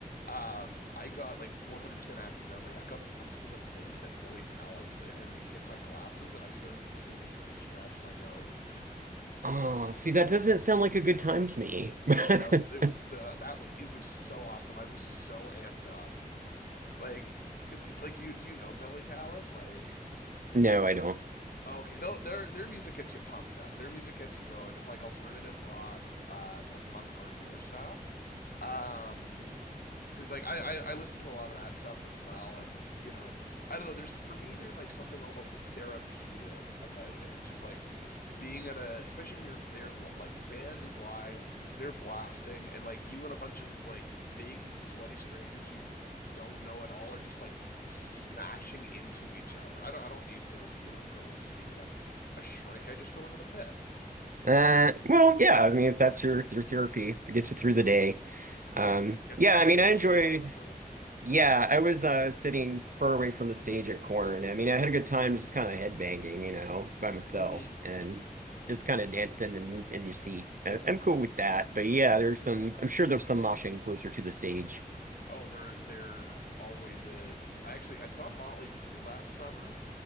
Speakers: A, on the left; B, on the right.
A: Um, I got like 100% accidentally, I got punched in the face at Billy Talent and it hit my glasses and I started bleeding because I scratched my nose.
B: Oh, see, that doesn't sound like a good time to me. <laughs>
A: Oh, that was it was the that was it was so awesome. I was so amped up. Like it's like do you do you know Billy Talent? Like
B: No, I don't.
A: Okay, though their their music gets you pumped up. Their music gets you going. It's like alternative rock, uh, kind of punk hardcore style. Um, because like I, I I listen to a lot of that stuff as well, and you know I don't know. There's for me there's like something almost therapeutic about it, just like being at a especially when you're there like the band is live they're blasting and like you and a bunch of like big sweaty strangers you don't know at all are just like smashing into each other i don't i don't need to you know go to see like a shrink i just go into the pit
B: Uh, well, yeah, I mean, if that's your your therapy, if it gets you through the day. Um,
A: gets
B: yeah,
A: me through
B: I mean,
A: the
B: I
A: year
B: enjoyed.
A: honestly
B: Yeah, I was uh sitting far away from the stage at Corn. I mean, I had a good time just kind of headbanging, you know, by myself
A: hmm
B: and just kind of dancing in in your seat. I, I'm cool with that. But yeah, there's some. I'm sure there's some moshing closer to the stage.
A: Oh, there there always is. I actually I saw Motley Crue last summer,